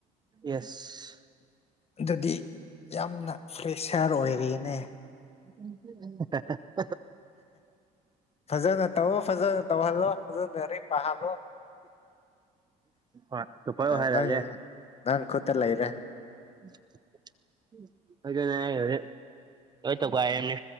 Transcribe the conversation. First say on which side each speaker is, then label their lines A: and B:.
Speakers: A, on the right; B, on the left.
A: ꯑꯦꯁ
B: ꯑꯗꯨꯗꯤ ꯌꯥꯝꯅ ꯄ꯭ꯔꯦꯁꯥꯔ ꯑꯣꯏꯔꯤꯅꯦ
A: <inaudible>
B: ꯐꯖꯅ ꯇꯧꯋꯣ ꯐꯖꯅ ꯇꯧꯍꯜꯂꯣ ꯐꯖꯅꯔ ꯄꯥꯍꯜꯂꯣ
A: ꯍꯣꯏ ꯇꯣꯞꯄꯔ ꯑꯣꯏꯍꯜꯂꯒꯦ
B: ꯅꯪ ꯅꯪ ꯈꯨꯠꯇ ꯂꯩꯔꯦ
A: <inaudible> ꯂꯣꯏ ꯇꯧꯒꯥꯏꯔꯦꯅꯦ